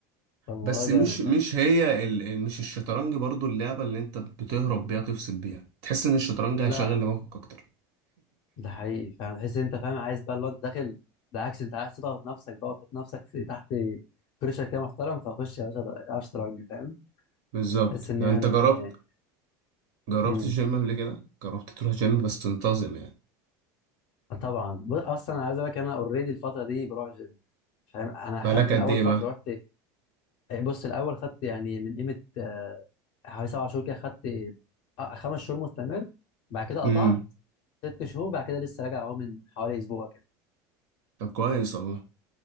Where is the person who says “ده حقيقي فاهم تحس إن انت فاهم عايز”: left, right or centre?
Left